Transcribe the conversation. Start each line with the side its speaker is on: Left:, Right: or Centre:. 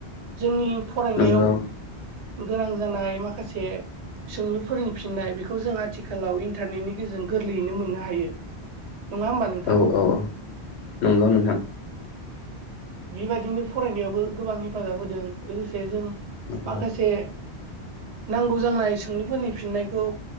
Right: जोंनि फरायनायाव
Left: नंगौ
Right: गोनां जानाय माखासे सोंलु फोरोंफिननाय बेखौ जों आथिखालाव इन्टारनेटनि गेजेरजों गोरलैयैनो मोननो हायो। नङा होमबा नोंथाङा!
Left: औ औ औ नंगौ नोंथां
Right: बेबायदिनो फरायनायावबो गोबां हेफाजाब होदों लोगोसे जों
Left: नंगौ
Right: माखासे नांगौ जांनाय सोंलुफोरनि फिननायखौ